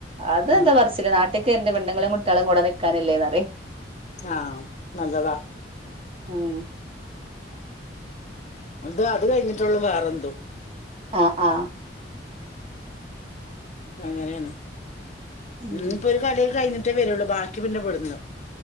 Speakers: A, on the right; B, on the left.
A: അതെന്താ
B: ആഹ്
A: പറച്ചില് നാട്ടി എന്റെ പെണ്ണിന്റേം കുട്ടികൾടേം കൂടെ നിൽക്കാനല്ലേന്ന്
B: ആഹ് നല്ലതാ
A: മ്
B: എന്തുവാ അത് കഴിഞ്ഞിട്ടുള്ളും വേറെന്തും
A: ആഹ് ആഹ്
B: അങ്ങനെയാണ്
A: ഉം
B: ഇന്നിപ്പൊ ഒരു കളീം കഴിഞ്ഞി ഇട്ടേ വരുള്ളൂ ബാക്കി പിന്നെവിടുന്നു